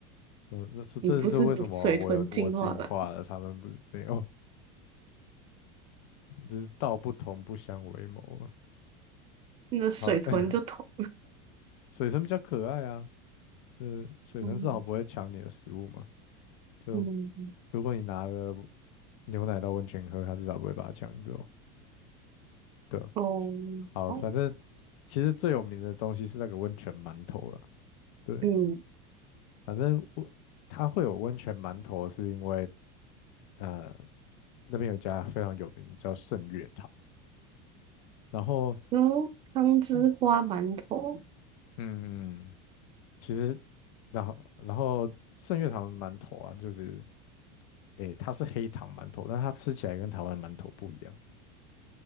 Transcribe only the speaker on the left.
嗯，那是这是为什么我有我进化了，
他们不没有。就是道不同不相为谋嘛。
好，<laughs> 水神比较可爱啊，呃，水神至少不会抢你的食物嘛。
就
如果你拿了牛奶到温泉喝，它至少不会把它抢走。对啊，
好，
反正其实最有名的东西是那个温泉馒头了。对，
反正我它会有温泉馒头，是因为呃那边有一家非常有名叫圣月堂，然后
嗯嗯，嗯其实然后然后圣月堂的馒头啊，就是。诶，它是黑糖馒头，但它吃起来跟台湾馒头不一样。